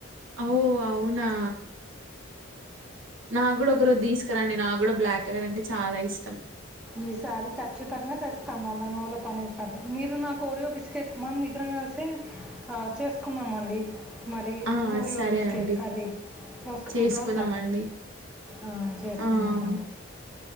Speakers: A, on the right (about 75°); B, in the centre.
A: అవ్ అవున నాక్కూడ ఒకరోజు తీసుకురండి నా కూడ బ్లాక్ కలర్ అంటే చాలా ఇష్టం
B: ఈసారి ఖచ్చితంగ తెస్తాను నా నూవ్వల పన్నిర్ మీరు నాకు ఒరియో బిస్కెట్ మన మిద్దరం కల్సి ఆ చేసుకుందా మండి మరి
A: ఆ
B: ఒరియో
A: సరే
B: బిస్కెట్
A: అండి
B: కర్రీ <unintelligible>
A: చేసుకుందామండి
B: దోశ ఆ చేసుకుందా
A: ఆ
B: మండి